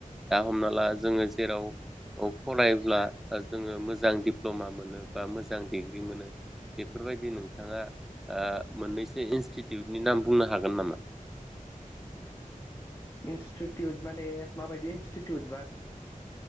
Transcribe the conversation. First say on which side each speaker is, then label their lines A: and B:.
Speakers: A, in the centre; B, on the left.
A: दा हमना ला जोङो जेराव फरायब्ला जोङो मोजां दिप्ल'मा मोनो बा मोजां डिग्रि मोनो बेफोरबायदि नोंथाङा ओ मोननैसो इन्स्टिटिउटनि नाम बुंनो हागोन नामा?
B: इन्स्टिटिउट माने माबायदि इनस्टिटिउट बा